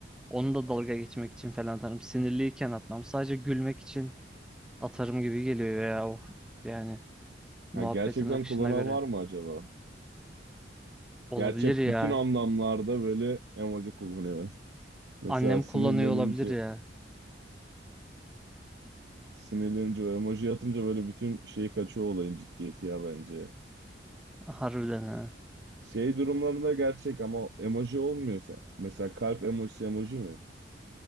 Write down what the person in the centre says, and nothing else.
Onu da dalga geçmek için falan atarım. Sinirliyken atmam. Sadece gülmek için atarım gibi geliyor ya. Of, yani muhabbetin
akışına
göre.
Olabilir
ya.
Annem
kullanıyor olabilir ya.
Harbiden ha.